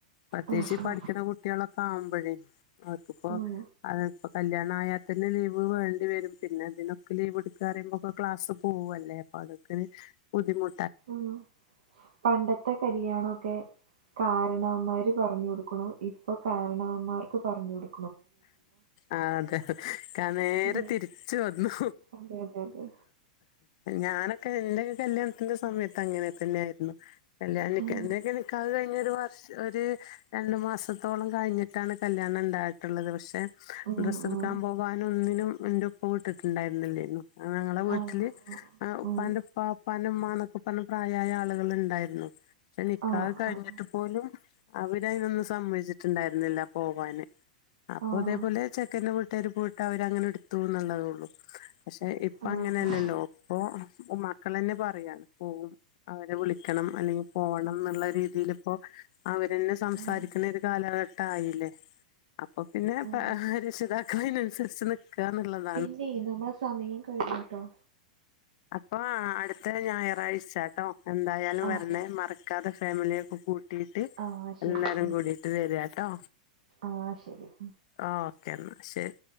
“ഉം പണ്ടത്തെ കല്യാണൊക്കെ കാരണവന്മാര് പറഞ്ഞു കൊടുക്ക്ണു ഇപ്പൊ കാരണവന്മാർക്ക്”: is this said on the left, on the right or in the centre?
Right